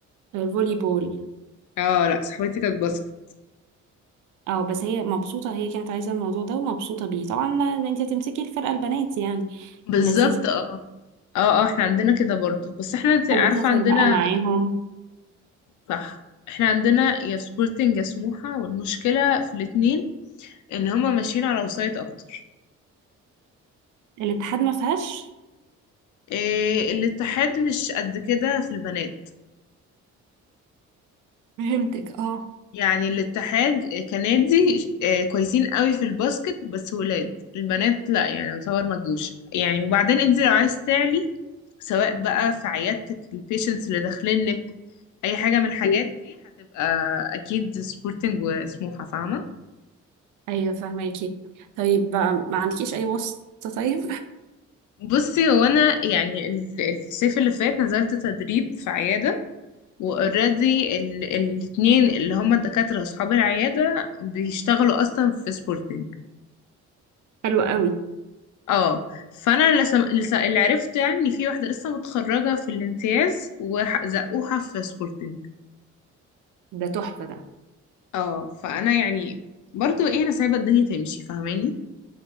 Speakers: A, on the right; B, on the left.
A: فولي بول
B: اه لا صاحبتي كانت باسكت
A: اه بس هي مبسوطة هي كانت عايزة الموضوع ده ومبسوطة بيه طبعا انت هتمسكي الفرقة البنات يعني
B: بالظبط
A: لذيذ
B: اه اه اه احنا عندنا كده برضو بس احنا انت عارفه
A: وبتسافر
B: عندنا
A: بقى معاهم
B: صح احنا عندنا يا سبورتنج يا سموحه والمشكله في الاتنين ان هما ماشيين على وسايط اكتر
A: الاتحاد ما فيهاش
B: إيه الاتحاد مش قد كده في البنات
A: فهمتك اه
B: يعني الاتحاد كنادي آه، كويسين قوي في الباسكت بس ولاد البنات لا يعني يعتبر ما تجوش يعني وبعدين انت لو عايز تعلي سواء بقى في عيادتك البيشنتس اللي داخلين لك اي حاجه من الحاجات دي هتبقى اكيد سبورتنج وسموحه فاهمه
A: ايوه فهماكي طيب بقى ما عندكيش اي واسطة طيب
B: بصي هو انا يعني ال- الصيف اللي فات نزلت تدريب في عياده واوريدي ال- الاتنين اللي هما الدكاتره اصحاب العياده بيشتغلوا اصلا في سبورتنج
A: <laughs> حلو قوي
B: اه فانا لسه لسه اللي عرفته يعني ان في واحده لسه متخرجه في الامتياز وزقوها في سبورتنج
A: ده تحفة ده
B: اه فانا يعني برضو ايه انا سايبه الدنيا تمشي فاهماني